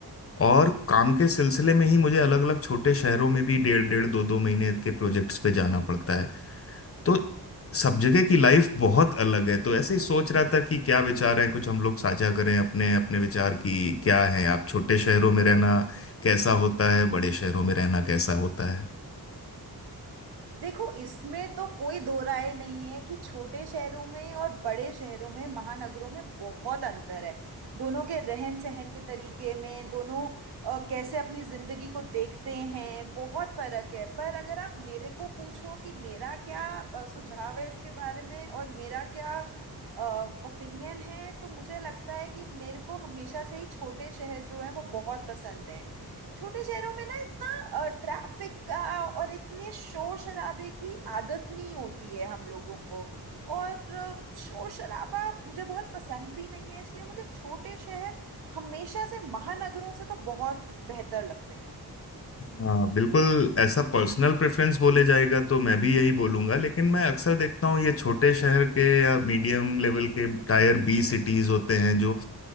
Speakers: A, on the left; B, on the right.
A: और काम के सिलसिले में ही मुझे अलग अलग छोटे शहरों में भी डेढ़ डेढ़ दो दो महीने के प्रोजेक्ट्स पे जाना पड़ता है तो सब जगह की लाइफ बहुत अलग है तो ऐसे ही सोच रहा था कि क्या विचार हैं कुछ हम लोग साझा करें अपने अपने विचार की क्या है आप छोटे शहरों में रहना कैसा होता है बड़े शहरों में रहना कैसा होता है
B: देखो इसमें तो कोई दो राय नहीं है कि छोटे शहरों में और बड़े शहरों में महानगरों में बहुत अंतर है दोनों के रहन सहन के तरीके में दोनों अ, कैसे अपनी जिंदगी को देखते हैं बहुत फर्क है पर अगर आप मेरे को पूछो कि मेरा क्या अ, सुझाव है इसके बारे में और मेरा क्या ओपिनियन है तो मुझे लगता है कि मेरे को हमेशा से ही छोटे शहर जो हैं वो बहुत पसंद हैं छोटे शहरों में ना इतना ट्रैफिक का और इतने शोर शराबे की आदत नहीं होती है हम लोगों को और अ, शोर शराबा मुझे बहुत पसंद भी नहीं है इसलिए मुझे छोटे शहर हमेशा से महानगरों से तो बहुत बेहतर लगते हैं
A: हाँ बिल्कुल ऐसा पर्सनल प्रेफरेंस बोले जाएगा तो मैं भी यही बोलूंगा लेकिन मैं अक्सर देखता हूँ ये छोटे शहर के या मीडियम लेवल के टायर बी सिटीज होते हैं जो